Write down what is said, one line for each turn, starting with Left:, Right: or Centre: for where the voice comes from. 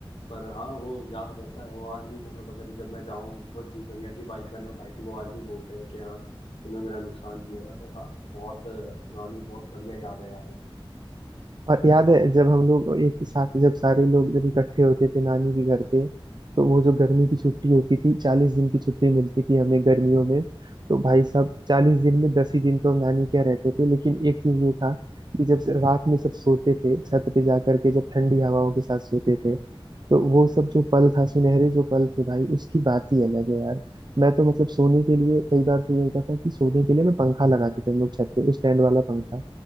Left: पर हाँ वो याद रहता है वो आज भी मतलब अगर जब मैं जाऊँ वो जिस भैया की बाइक मैंने उठाई थी वो आज भी बोलते हैं कि हाँ तूने मेरा नुकसान किया था तो हाँ बहुत अ, पुरानी बहुत बढ़िया याद है यार ये।
Right: और याद है जब हम लोग एक साथ जब सारे लोग जब इकट्ठे होते थे नानी के घर पे तो वो जो गर्मी की छुट्टी होती थी चालीस दिन की छुट्टी मिलती थी हमें गर्मियों में तो भाई साहब चालीस दिन में दस ही दिन तो हम नानी के यहाँ रहते थे लेकिन एक चीज ये था कि जब से- रात में सब सोते थे छत पे जा करके जब ठंडी हवाओं के साथ सोते थे तो वो सब जो पल था सुनहरे जो पल थे भाई उसकी बात ही अलग है यार मैं तो मतलब सोने के लिए कई बार तो ये होता था कि सोने के लिए ना पंखा लगाते थे हम लोग छत पे स्टैंड वाला पंखा